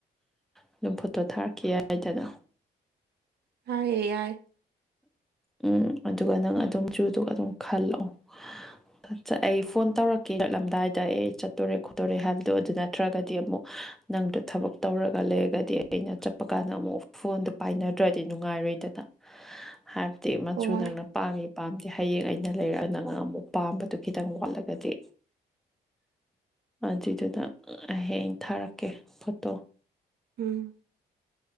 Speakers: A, in the centre; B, on the right.
A: ꯑꯗꯨꯝ ꯐꯣꯇꯣ ꯊꯥꯔꯛꯀ ꯍꯥꯏꯗꯅ
B: ꯍꯥꯏꯌꯦ ꯌꯥꯏ
A: ꯎꯝ ꯑꯗꯨꯒ ꯅꯪ ꯑꯗꯨꯝ ꯆꯨꯗꯨ ꯑꯗꯨꯝ ꯈꯜꯂꯛꯑꯣ ꯑꯩ ꯐꯣꯟ ꯇꯧꯔꯛꯀꯦꯔꯛꯂꯝꯗꯥꯏꯗ ꯑꯦ ꯆꯠꯇꯣꯔꯦ ꯈꯣꯠꯇꯣꯔꯦ ꯍꯥꯏꯕꯗꯣ ꯑꯗꯨ ꯅꯠꯇ꯭ꯔꯒꯗꯤ ꯑꯃꯨꯛ ꯅꯪꯗꯣ ꯊꯕꯛ ꯇꯧꯔꯒ ꯂꯩꯔꯒꯗꯤ ꯑꯩꯅ ꯆꯠꯄ ꯀꯥꯟꯗ ꯑꯃꯨꯛ ꯐꯣꯟꯗꯨꯣ ꯄꯥꯏꯅꯗ꯭ꯔꯗꯤ ꯅꯨꯡꯉꯥꯏꯔꯣꯏꯗꯅ ꯍꯥꯏꯕꯗꯤ ꯃꯆꯨ
B: ꯍꯣꯏ
A: ꯅꯪꯅ ꯄꯥꯝꯃꯤ ꯄꯥꯝꯗꯦ ꯍꯌꯦꯡ ꯑꯩꯅ ꯂꯩꯔꯛꯑꯅ ꯉ ꯑꯃꯨꯛ ꯄꯥꯝꯕꯗꯨꯣ ꯈꯤꯇꯪ ꯋꯥꯠꯂꯒꯗꯤ ꯑꯗꯨꯖꯤꯗꯨꯗ ꯍꯌꯦꯡ ꯊꯥꯔꯛꯀꯦ ꯐꯣꯇꯣ
B: ꯎꯝ